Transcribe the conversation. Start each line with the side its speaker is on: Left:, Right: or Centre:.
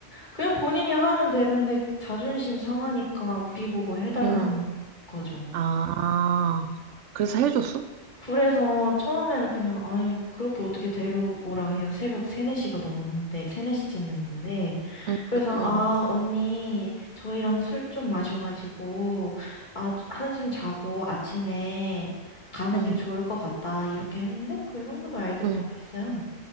Left: 그냥 본인이 하면 되는데 자존심 상하니까 우리 보고 해달라는
Right: 응,
Left: 거죠.
Right: 아, 그래서 해줬어?
Left: 그래서 처음에는 그냥, 아니, 그렇게 어떻게 데려오라 해요. 새벽 3, 4시가 넘었는데, 3, 4시쯤이었는데.
Right: 응,
Left: 그래서,
Right: 응,
Left: 아, 언니, 저희랑 술 좀 마셔가지고, 아, 한숨 자고 아침에 가는
Right: 응,
Left: 게 좋을 것 같다. 이렇게 했는데, 그 형부도 알겠다고
Right: 응, 응,
Left: 했어요.